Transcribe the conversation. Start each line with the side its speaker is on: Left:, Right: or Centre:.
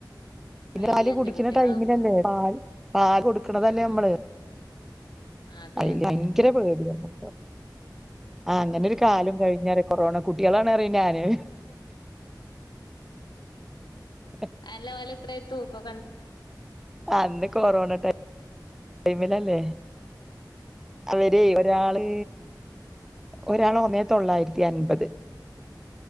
Centre: പിന്നെ പാൽ
Left: ഈ അറ്റ
Centre: കുടിക്കുന്ന
Left: കുട്ടികളാകുമ്പോ
Centre: ടൈമിലല്ലേ? പാല്, പാല് കൊട് ക്കണതല്ലേ
Left: ആഹ്
Centre: നമ്മള്.
Left: അതെ
Centre: ഭയങ്കര
Left: അതെ
Centre: പേടിയേനു. ആഹ് അങ്ങനൊരു കാലം കഴിഞ്ഞ് പറയും. കൊറോണ കുട്ടികളാണ് പറയും ഞാന്. ഉ <inaudible>
Left: അല്ല ഓല് എത്രയാ തൂക്കം ഒക്കെ?
Centre: അന്ന് കൊറോണ ടൈമിലല്ലേ. അവര് ഒരാള്, ഒരാൾ ഒന്നേ തൊള്ളായിരത്തി അൻപത്.